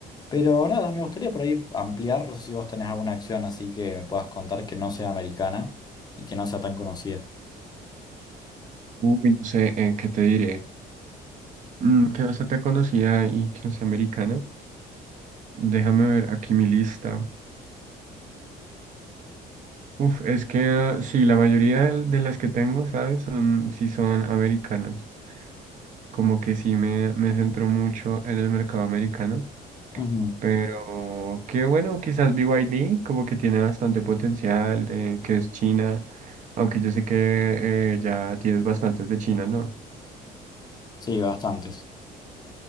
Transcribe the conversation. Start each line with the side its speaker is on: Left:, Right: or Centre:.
Left: Pero nada, me gustaría por ahí ampliar, no sé si vos tenés alguna acción así que me puedas contar que no sea americana y que no sea tan conocida.
Right: Uy, no sé, eh, ¿qué te diré? Mm, que no sea tan conocida y que no sea americana. Déjame ver aquí mi lista. Uf, es que ah, sí, la mayoría de de las que tengo, ¿sabes? Son, sí son americanas. Como que sí me, me centro mucho en el mercado americano.
Left: Ujú.
Right: Pero qué bueno, quizás BYD como que tiene bastante potencial de que es China. Aunque yo sé que eh, ya tienes bastantes de China, ¿no?
Left: Sí, bastantes.